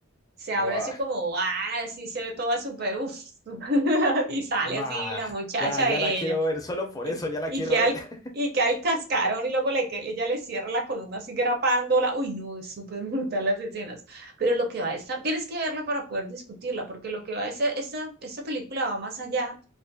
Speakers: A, on the right; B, on the left.
A: se abre
B: Buah,
A: así como, ah, así se ve toda súper, uff. <laughs> Y sale
B: buah,
A: así la muchacha
B: Ya, ya
A: de
B: la quiero
A: ella.
B: ver. Solo por
A: Y,
B: eso ya la
A: y
B: quiero
A: queda
B: ver.
A: el,
B: <laughs>
A: y queda el cascarón y luego le, que- ella le cierra la columna así grapándola. Uy, no, es súper <laughs> brutal las escenas. Pero lo que va a estar, tienes que verla para poder discutirla, porque lo que va a ser, esta, esta película va más allá